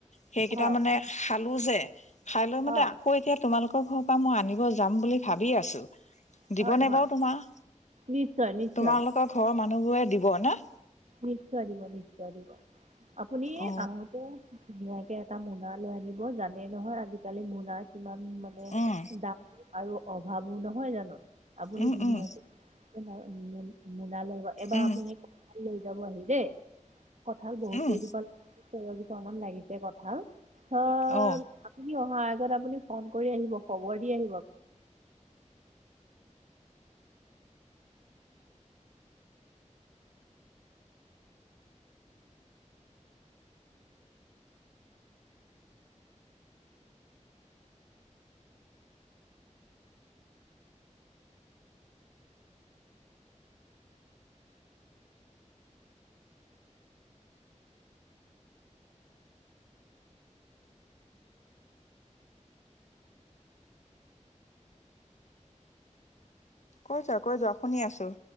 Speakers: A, on the left; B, on the right.
A: সেইকেইটা
B: হয়
A: মানে খালো যে খাই লৈ
B: হয়
A: মানে আকৌ এতিয়া তোমালোকৰ ঘৰৰ পৰা মই আনিব যাম বুলি ভাবি আছোঁ। দিব
B: হয়
A: নে
B: হয়
A: বাৰু তোমাৰ,
B: নিশ্চয় নিশ্চয়
A: তোমালোকৰ ঘৰৰ মানুহ বোৰে দিব নে।
B: নিশ্চয় দিব, নিশ্চয় দিব আপুনি
A: অ
B: আহোঁতে ধুনীয়াকে এটা মোনা লৈ আনিব জানেই নহয় আজিকালি মোনা ইমান মানে
A: উম
B: দাম আৰু অভাৱো নহয় জানো। আপুনি
A: উম
B: ধুনীয়াকে
A: উম
B: মোন মোনালৈ আহিব এবাৰ
A: উম
B: আপুনি কঁঠাল লৈ যাব আহি দেই, কঁঠাল বহুত
A: উম
B: কেইজোপা <unintelligible> লাগিছে কঁঠাল <unintelligible>
A: অ
B: আপুনি অহাৰ আগত আপুনি ফোন কৰি আহিব খবৰ দি আহিব।
A: কৈ যোৱা, কৈ যোৱা শুনি আছো।